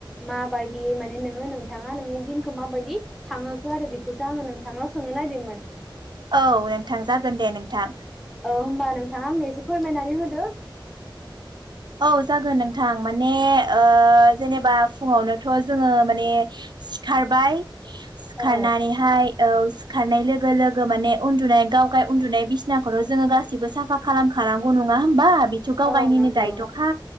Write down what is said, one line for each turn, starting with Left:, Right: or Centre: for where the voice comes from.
Centre: माबायदि माने नोङो नोंथाङा नोंनि दिनखौ माबायदि थांहोखो आरो बेखौसो आङो नोंथांनाव सोंनो नायदोंमो मोन?
Right: औ नोंथां जागोन दे नोंथां।
Centre: औ होमबा नोंथाङा एसे फोरमायनानै होदो।
Right: औ जागोन नोंथां माने ओ जेनेबा फुङावनोथ' जोङो माने सिखारबाय सिखारनानैहाय
Centre: औ
Right: औ खारनाय लोगो लोगो माने उन्दुनाय गाव गाय उन्दुनाय बिसनाखौथ' जोङो गासिबो साफा खालामखानांगौ नङा होमबा? बिथ' गावगायनिनो
Centre: औ नंगौ
Right: दायत' हा